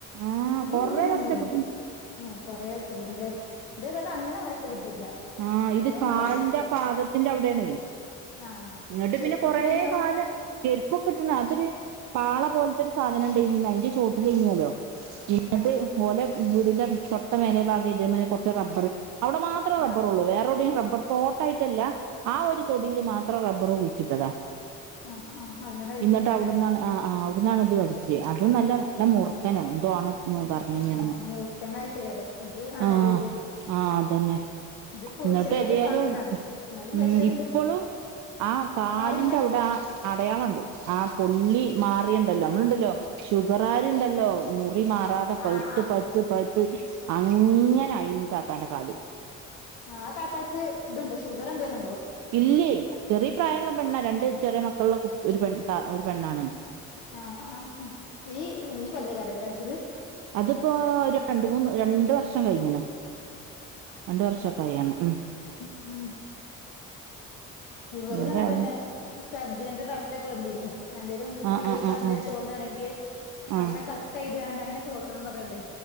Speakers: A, on the right (about 45°); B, on the left (about 60°).
A: ആഹ്
B: ഇത്
A: കൊറെ
B: ഈ കുട്ടീനൊന്നുല്ല
A: കഷ്ടപ്പെട്ട്
B: ഉം കൊറെ <unintelligible> ഇതേതല്ല അങ്ങനെ നഷ്ടപ്പെട്ടില്ല
A: ആഹ് ഇത്
B: വേം
A: കാലിന്റെ
B: മാറീണ് കു
A: ആ പാദത്തിന്റെ അവിടെയാണെ
B: ആ
A: ഇങ്ങിട്ട്
B: ചെരുപ്പിട്ടില്ലേനാവോ
A: പിന്നെ കൊറേ കാല ചെരുപ്പൊ ഇട്ടണ അതൊരു പാള പോലത്തെ ഒരു സാധനണ്ടായിനിം അയിന്റെ ചോട്ടി ഇലേനോലോ എന്നിട്ട്ട്ട്
B: ആ
A: ഓലെ വീടിന്റെ തൊട്ട മേലെ ഭാഗം ഇത കൊറച്ച് റബ്ബറ് അവിടെ മാത്രേ
B: ആ ആ
A: റബ്ബർ ഉള്ളൂ വേറെവിടെയും റബ്ബർ തോട്ടായിട്ടല്ല ആ ഒരു തൊടിൽ മാത്രം റബ്ബർ കുഴിച്ചിട്ടതാ
B: ആ ആ അങ്ങനെ വീഴ്ച്ചിട്ടേക്കാരല്ലേ
A: എന്നിട്ട് അവിടുന്നാണ് ആഹ് ആഹ് അവിടന്നാാണ് ഇത് പഠിച്ചത് അതും നല്ല നല്ല മുർക്കനോ എന്തോ ആണ് പറ <unintelligible>
B: ആ മൂർഖനായിട്ടേക്കാരം ഇത് ആണേലില്ലേ
A: ആഹ് ആഹ് അതന്നെ
B: ഇത് കു
A: ന്നിട്ട്
B: ചെറിയ
A: ഏതായാലും
B: പാമ്പേനർഞ്ഞു എന്നാലും
A: ഉം
B: വെഷണ്ട്
A: ഇപ്പളും ആഹ് കാലിന്റെ
B: മാറിയില്ല
A: അവിടാ അടയാളണ്ട് ആ പൊള്ളി മാറിയണ്ടല്ലോ നമ്മളുണ്ടല്ലോ ഷുഗർ ആരുണ്ടല്ലോ മുറി മാറാ പൗത്
B: ആ ആ
A: പൗത് പൈത്ത് അങ്ങാനായിനി താത്താന്റെ കാൽ
B: ആഹ് താത്താക്ക് ഇതുണ്ടോ ഷുഗർ എന്തേങ്കലും ഉണ്ടോ?
A: ഇല്ലേ ചെറിയ പ്രായള്ള പെണ്ണ രണ്ട്
B: ഉം
A: ചെറിയ മക്കളുള്ള ഒരു പെ ത ഒരു പെണ്ണാണ്
B: ആഹ് ആഹ് <unintelligible> കൊല്ലക്കയ്ക്കാരലെ കടിച്ചത്
A: അതിപ്പോ ഒരു രണ്ട മൂന്ന് രണ്ട് വർഷം കഴിഞ്ഞണ് രണ്ട് വർഷാ കഴിയണം മ്
B: ഉം ഉം ഇവള്ടെ
A: ഏതായാലും
B: അങ്ങതന്നെ സർജന്റെ ഡോക്റ്ററൊക്കെ വന്നിനി എന്തേലും
A: ആ
B: വീക്കോ
A: ആ ആ
B: എന്തേും
A: ആ
B: തോന്നുകയാണെങ്കിൽ
A: ആ
B: അവിടെ കട്ട് ചെയ്ത് കണ്ട് അങ്ങനെയൊക്കെ നോക്കണം പറയണ്ടേ